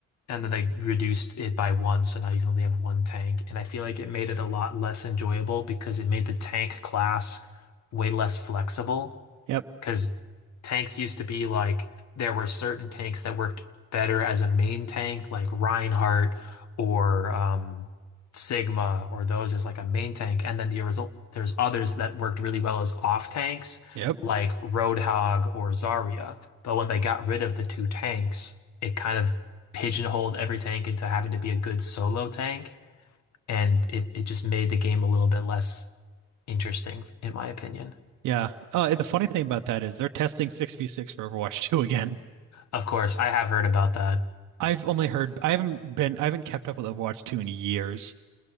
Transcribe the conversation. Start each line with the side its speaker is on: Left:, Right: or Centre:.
Left: and then they reduced it by one, so now you can only have one tank. And I feel like it made it a lot less enjoyable because it made the tank class way less flexible.
Right: yep,
Left: Because tanks used to be like there were certain tanks that worked better as a main tank, like Reinhardt or um, Sigma, or those as like a main tank. And then the result, there's others that worked really well as off tanks,
Right: yep.
Left: like Roadhog or Zarya. But when they got rid of the two tanks, it kind of pigeonholed every tank into having to be a good solo tank. And it, it just made the game a little bit less interesting, in my opinion.
Right: Yeah. Uh, the funny thing about that is they're testing 6v6 for Overwatch <laughs> 2 again.
Left: Of course, I have heard about that.
Right: I've only heard I haven't been I haven't kept up with Overwatch 2 in years,